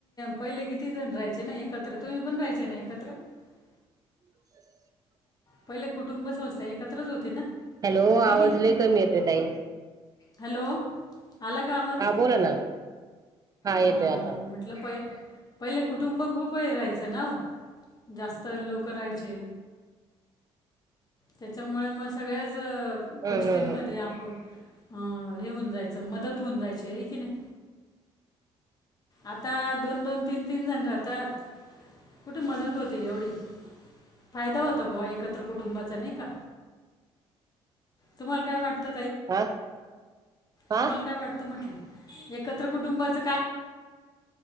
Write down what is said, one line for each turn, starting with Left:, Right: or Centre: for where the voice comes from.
Left: पहिले किती जण राहायचे ना एकत्र तुम्ही पण राहायचे ना एकत्र <unintelligible>
Right: <unintelligible>
Left: पहिले कुटुंब संस्था एकत्रच होती ना
Right: हॅलो
Left: आहे
Right: आवाज
Left: की नाही
Right: लई कमी येतोय ताई
Left: हॅलो आला का आवाज
Right: हा बोला ना येतोय
Left: हा
Right: आता
Left: म्हटलं पय पहिले कुटुंब खूप हे राहायचं नाओ जास्त लोक राहायचे त्याच्यामुळे मग सगळ्याच
Right: हम्म
Left: गोष्टींमध्ये
Right: हम्म हम्म
Left: आप अं हे होऊन जायचं मदत होऊन जायची हय कि नाही आता दोन दोन तीन तीन जण राहतात कुठे मदत होते एवढी फायदा होतोबा एकत्र कुटुंबाचा नाही का तुम्हाला काय वाट
Right: हा हा
Left: तुम्हाला काय वाटत म्हटलं एकत्र कुटुंबाच काय